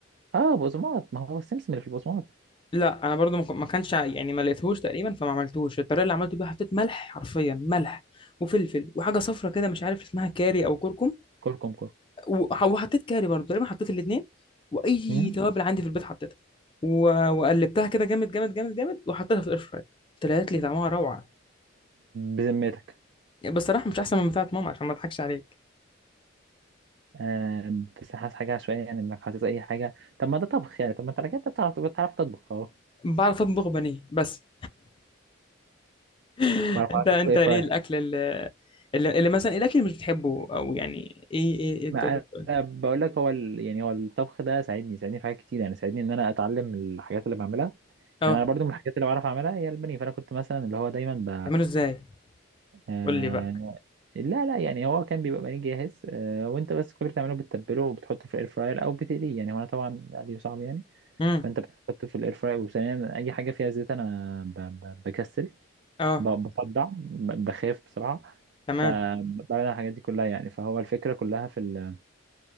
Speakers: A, on the right (about 60°); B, on the left (about 25°).
A: اه بقسماط ما هو السمسم اللي في البقسماط
B: لا انا برضو ما ك- ما كانش ع- يعني ما لقيتهوش تقريبا فما عملتوش الطريقه اللي عملته بيها حطيت ملح حرفيا ملح وفلفل وحاجه صفرة كده مش عارف اسمها كاري او كركم
A: كركم كركم
B: وح- وحطيت كاري برضو تقريبا حطيت الاثنين واي
A: امم
B: توابل عندي في البيت حطيتها و- وقلبتها كده جامد جامد جامد جامد وحطيتها في الاير فراير طلعت لي طعمها روعه
A: بذمتك
B: يعني بصراحه مش احسن من بتاعه ماما عشان ما اضحكش عليك
A: آم، بس حاسس حاجة عشوائية يعني انك حاطط اي حاجة طب ما ده طبخ يعني طب ما انت على كده بتعرف بتعرف تطبخ اهو
B: بعرف اطبخ بانيه بس <laughs>
A: بعرف
B: انت
A: اطبخ
B: انت
A: ايه فراي
B: ايه الاكل اللي اللي, اللي مثلا إيه الاكل اللي مش بتحبه او يعني ايه ايه, إيه
A: ما
B: تقدر تقول
A: انا بقول لك هو ال... يعني هو الطبخ ده ساعدني ساعدني في حاجات كتير يعني ساعدني ان انا اتعلم الحاجات اللي بعملها
B: اه
A: يعني انا برضو من الحاجات اللي بعرف اعملها هي البانيه فانا كنت مثلا اللي هو دايما ب...
B: تعمله ازاي
A: آه...
B: قول لي بقى
A: لا لا يعني هو كان بيبقى بانيه جاهز آه... وانت بس كل اللي بتعمله بتتبله وبتحطه في الاير فراير او بتقليه يعني هو انا طبعا قلي صعب يعني
B: امم
A: فانت بتحطه في الاير فراير وثانيا اي حاجه فيها زيت انا ب... ب... بكسل
B: اه
A: ب- بصدع ب- بخاف بسرعة
B: تمام
A: فبعمل الحاجات دي كلها يعني فهو الفكرة كلها في ال...